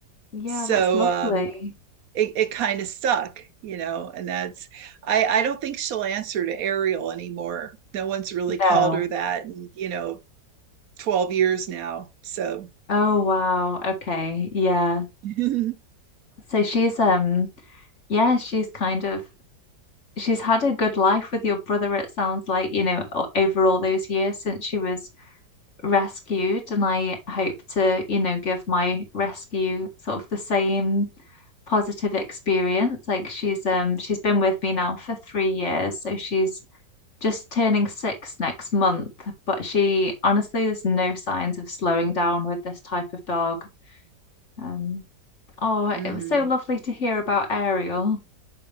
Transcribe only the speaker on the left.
yeah,
that's lovely.
No.
Oh, wow. Okay. Yeah.
So she's um yeah, she's kind of she's had a good life with your brother, it sounds like, you know, over all those years since she was rescued. And I hope to, you know, give my rescue sort of the same positive experience. Like she's um she's been with me now for three years, so she's just turning six next month. But she honestly, there's no signs of slowing down with this type of dog. Um, oh,
it was so lovely to hear about Ariel.